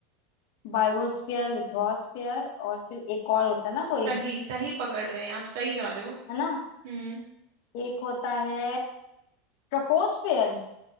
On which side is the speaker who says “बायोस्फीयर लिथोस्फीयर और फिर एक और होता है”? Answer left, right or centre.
Left